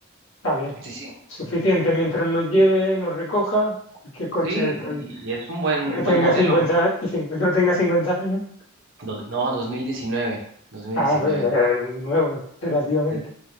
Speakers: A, on the left; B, on the right.
A: está bien.
B: Sí, sí.
A: Suficiente mientras nos lleve, nos recoja, cualquier coche
B: Sí,
A: está
B: y,
A: bien.
B: y- y es un buen,
A: Y no
B: buen
A: tenga
B: modelo.
A: cincuenta y cin- no tenga 50 años.
B: Dos- no, 2019, 2019.
A: Ah, pues, eh, nuevo, relativamente.
B: Es